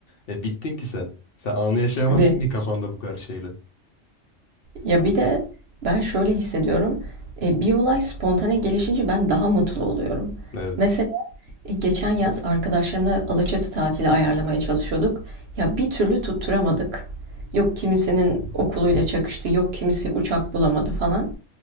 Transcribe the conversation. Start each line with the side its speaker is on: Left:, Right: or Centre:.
Left: E, bittin ki sen. Sen anı yaşayamazsın
Right: Tabii.
Left: ki kafanda bu kadar şeyle.
Right: Ya bir de ben şöyle hissediyorum. E, bir olay spontane gelişince ben daha mutlu oluyorum.
Left: Evet.
Right: Mesela e, geçen yaz arkadaşlarımla Alaçatı tatili ayarlamaya çalışıyorduk. Ya bir türlü tutturamadık. Yok kimisinin okuluyla çakıştı, yok kimisi uçak bulamadı falan.